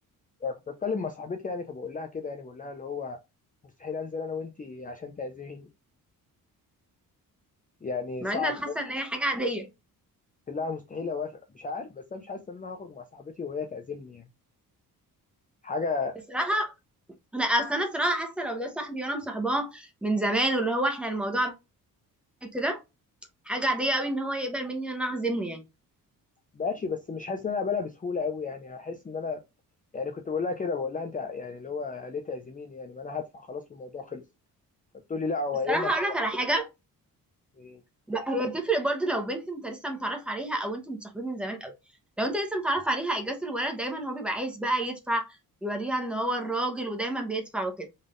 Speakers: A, on the left; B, in the centre.
A: يعني كنت بتكلم مع صاحبتي يعني فبقول لها كده يعني بقول لها اللي هو مستحيل انزل انا وانت عشان تعزميني يعني
B: مع
A: صعب
B: ان انا حاسة ان هي حاجة عادية
A: لا مستحيل اوافق مش عارف بس انا مش حاسس ان انا هخرج مع صاحبتي وهي تعزمني يعني حاجه
B: الصراحة انا اصل انا الصراحة حاسة لو ده صاحبي وانا مصاحباه من زمان واللي هو احنا الموضوع كده حاجة عادية قوي ان هو يقبل مني ان انا اعزمه يعني
A: ماشي بس مش حاسس ان انا اقبلها بسهوله قوي يعني احس ان انا يعني كنت بقول لها كده بقول لها انت يعني اللي هو ليه تعزميني يعني ما انا هدفع خلاص والموضوع خلص فبتقول لي لا هو
B: الصراحة
A: يا اما تبقى
B: اقول لك على حاجة
A: يعني
B: لا هي تفرق برضه لو بنت انت لسه متعرف عليها او انتوا متصاحبين من زمان قوي لو انت لسه متعرف عليها اجازه الولد دايما هو بيبقى عايز بقى يدفع يوريها ان هو الراجل ودايما بيدفع وكده